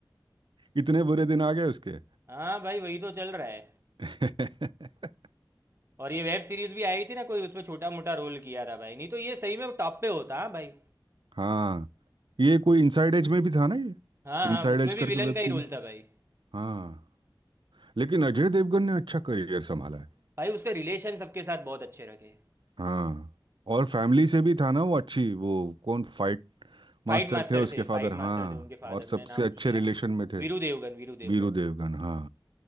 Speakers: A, on the right (about 75°); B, on the right (about 30°).
A: इतने बुरे दिन आ गए उसके
B: हाँ भाई वही तो चल रहा है
A: <laughs>
B: और ये वेब सीरीज भी आई थी ना कोई उसमें छोटा मोटा रोल किया था भाई नहीं तो ये सही में टॉप पे होता हाँ भाई
A: हाँ ये कोई इनसाइड एज में भी था ना ये
B: हाँ हाँ
A: इनसाइड
B: उसमें
A: एज करके
B: भी विलन
A: वेब
B: का
A: सीरीज
B: ही रोल था
A: थी
B: भाई
A: हाँ लेकिन अजय देवगन ने अच्छा करियर संभाला है
B: भाई उससे रिलेशन सबके साथ बहुत अच्छे रखे
A: हाँ और फैमिली से भी था ना वो अच्छी वो कौन फाइट मास्टर
B: फाइट मास्टर
A: थे उसके
B: थे
A: फादर
B: फाइट मास्टर
A: हाँ
B: थे उनके फादर
A: और सबसे
B: मैं नाम
A: अच्छे
B: भूल गया
A: रिलेशन में थे
B: वीरू देवगन वीरू देवगन
A: बीरू देवगन हाँ